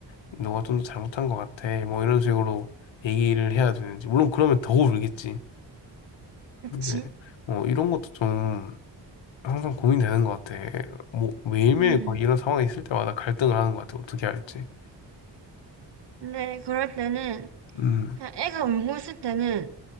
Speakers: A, on the left; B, on the right.
A: 너가 좀 더 잘못한 것 같아. 뭐 이런 식으로 얘기를 해야 되는지. 물론 그러면 더 울겠지.
B: 그치?
A: 근데 뭐 이런 것도 좀 항상 고민되는 것 같아. 뭐 매일매일
B: 음.
A: 거의 이런 상황이 있을 때마다 갈등을 하는 것 같아. 어떻게 할지.
B: 근데 그럴 때는
A: 음,
B: 그냥 애가 울고 있을 때는